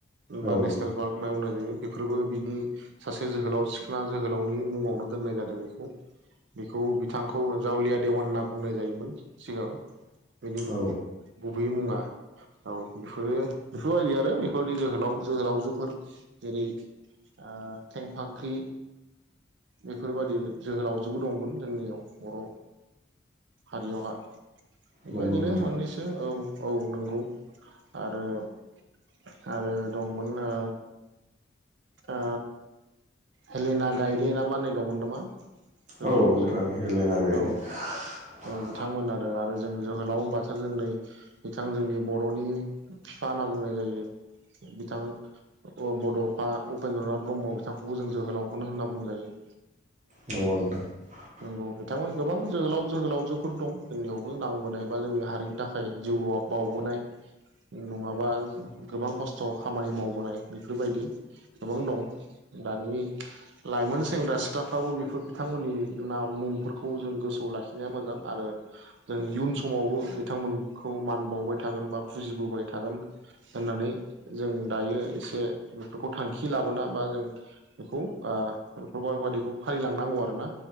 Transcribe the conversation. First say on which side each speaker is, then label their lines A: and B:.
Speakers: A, on the right; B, on the right.
A: बा
B: औ
A: नेसनेल
B: नोंथां
A: पार्क। होनना बुंनाय जायो बेफोरबो बिनि सासे जोहोलाव सिखोना जोहोलावनि मुङावनो दोननाय जादों बेखौ बेखौ बिथांखौ जावलिया देवान होनना बुंनाय जायोमोन सिगां बिनि
B: औ
A: गुबैयै मुङा औ बेफोरो बेफोरबायदि आरो बेफोरबायदि जोहोलाव जोहोलावजोफोर जेरै ओ थेंफाख्रि बेफोरबायदि जोहोलावजोबो दंमोन जोंनियाव बर' हारियावहा । बेबायदिनो
B: नंगौ नोंथां
A: मोननैसो औ । औ नंगौ आरो-आरो दंमोन ओ ओ हेलेना गायदे ना मा होननाय दंमोन नामा? जोहोलावजो
B: औ नोंथां हेलेना गायदे
A: औ
B: ।
A: ओ बिथांमोन आरो-आरो जों जोहोलाव होनबाथो जोंनै बिथां जोंनि बर'नि बिफा होनना बुंनाय जायो बिथां बड'फा उपेन्द्र नाथ ब्रह्म बिथांखौबो जों जोहोलावखौनो होनना बुंजायो ।
B: नंगौ नोंथां ।
A: नंगौ बिथांमोना गोबां जोहोलाव जोहोलावजोफोर दं जोंनियावबो नांबोनाय बा जोंनि हारिनि थाखाय जिउआव बावबोनाय नङाबा गोबां खस्थ' खामानि मावबोनाय । बेफोरबायदि गोबां दं दानि लाइमोन सेंग्रा सिख्लाफ्राबो बेफोर बिथांमोननि न मुंफोरखौ जों गोसोआव लाखिनाया मोजां आरो जों इयुन समावबो बिथांमोनखौ मान बावबाय थागोन बा फुजिबोबाय थागोन होननानै जों दायो एसे बेफोरखौ थांखि लाबोना बा जों बेखौ बेफोरबायाददिखौ फालिलांनांगौ आरोना